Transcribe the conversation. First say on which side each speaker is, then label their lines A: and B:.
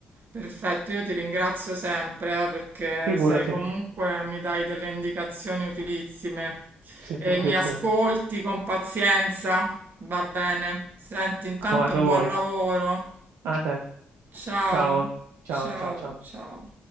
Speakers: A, on the right; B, on the right.
A: Perfetto, io ti ringrazio sempre, eh, perché
B: Figurati,
A: sei comunque mi dai delle indicazioni utilissime
B: sempre
A: e
B: un
A: mi
B: piacere.
A: ascolti con pazienza. Va bene. Senti, intanto
B: Quando
A: buon
B: vuoi.
A: lavoro.
B: A te.
A: Ciao,
B: Ciao, ciao,
A: ciao,
B: ciao, ciao.
A: ciao.